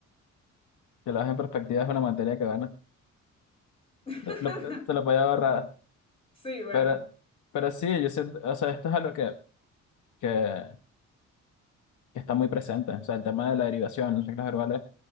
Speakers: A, on the left (about 75°); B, on the left (about 20°).
A: Si lo ves en perspectiva, es una materia que gana.
B: <laughs>
A: Lo- lo- te lo podía ahorrar.
B: Sí, bueno,
A: Pero, pero sí, yo siento, o sea, esto es algo que, que, que está muy presente. O sea, el tema de la derivación, las reglas verbales.